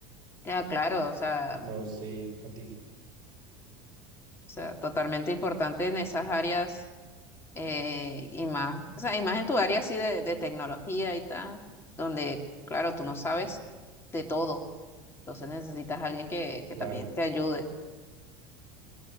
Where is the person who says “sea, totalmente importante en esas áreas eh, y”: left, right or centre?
Left